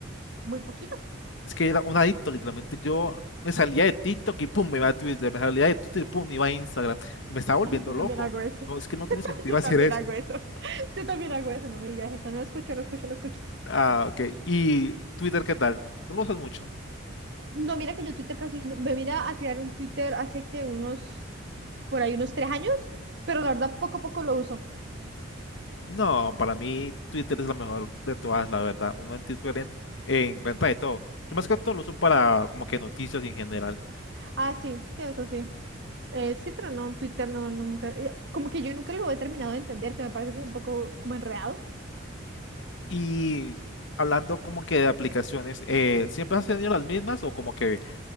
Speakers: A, on the right; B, on the left.
A: muy poquito.
B: es que era un adicto, literalmente. Yo me salía de TikTok y pum, me iba a Twitter. Me salía de Twitter y pum, me iba a Instagram. Y me estaba volviendo
A: Ay, yo
B: loco.
A: también hago eso.
B: No, es que no tiene
A: <laughs>
B: sentido
A: Yo
B: hacer
A: también
B: eso.
A: hago eso. <laughs> Yo también hago eso. No me digas eso. No escucho, no escucho, no escucho.
B: Ah, ok. ¿Y Twitter qué tal? ¿No lo usas mucho?
A: No, mira que yo Twitter casi no- me vine a crear un Twitter hace que unos, por ahí unos tres años, pero la verdad poco a poco lo uso.
B: No, para mí Twitter es la mejor de todas, la verdad. Uno en Twitter en- encuentra de todo. Yo más que todo lo uso para como que noticias en general.
A: Ah, sí, sí, eso sí. Eh, sí, pero no, Twitter no, nunca. eh, Como que yo nunca lo he terminado de entender. Se me parece como un poco como enredado.
B: Y hablando como que de aplicaciones, eh, ¿siempre has tenido las mismas o como que